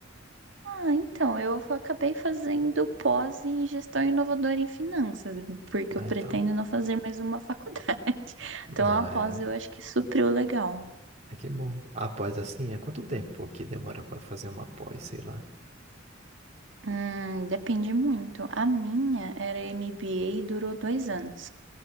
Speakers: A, on the right; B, on the right.
A: Ah, então, eu fa- acabei fazendo pós em gestão inovadora em finanças, porque
B: Ah,
A: eu pretendo
B: então.
A: não fazer mais uma faculdade. <laughs>
B: Não,
A: Então, a
B: é...
A: pós eu acho que supriu legal.
B: É que bom. A pós, assim, é quanto tempo que demora para fazer uma pós, sei lá?
A: Hum, depende muito. A minha era MBA e durou dois anos.